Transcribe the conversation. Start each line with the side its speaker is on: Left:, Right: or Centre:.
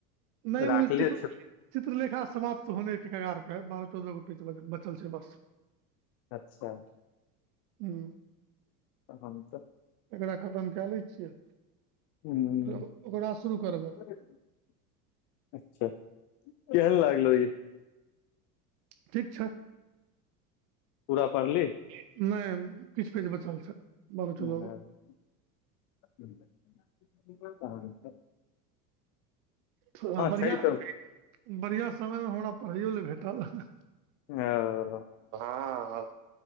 Right: नहि ओ
Left: राखले
Right: चित्र
Left: छै
Right: चित्रलेखा समाप्त होने के कगार पे हे बारह चौदह गो पेज बचल छै बस
Left: अच्छा
Right: हू
Left: कहाँ मतलब
Right: एकरा खतम कए लै छियै
Left: ह
Right: फेर ओकरा शुरू करबै
Left: अच्छा केहन लागलो ई
Right: ठीक छ
Left: पूरा पढ़ली
Right: नय किछु पेज बचल छै
Left: कह
Right: बारह चौदह थोड़ बढ़िआँ
Left: छै तऽ
Right: बढ़िआँ समयमे हमरा पढ़ाैयो ल भेटल हँ
Left: ओ
Right: हँ